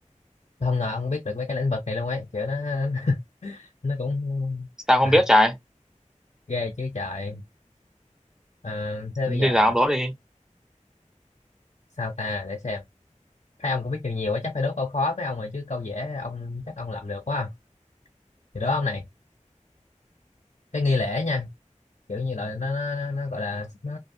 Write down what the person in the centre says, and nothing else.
sao
không biết trời
đi
dạo đó đi